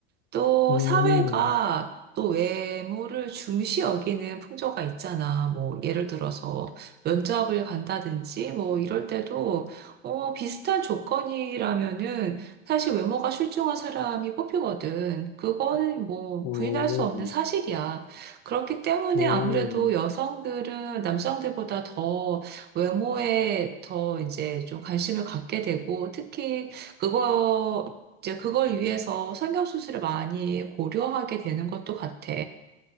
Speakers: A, on the right; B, on the left.
A: 또
B: 음,
A: 사회가 또 외모를 중시 여기는 풍조가 있잖아. 뭐 예를 들어서 면접을 간다든지 뭐 이럴 때도 어 비슷한 조건이라면은 사실 외모가 출중한 사람이 뽑히거든. 그거는 뭐
B: 음,
A: 부인할 수 없는 사실이야. 그렇기 때문에
B: 음.
A: 아무래도 여성들은 남성들보다 더 외모에 더 이제 좀 관심을 갖게 되고 특히 그거 이제 그걸 위해서 성형수술을 많이 고려하게 되는 것도 같아.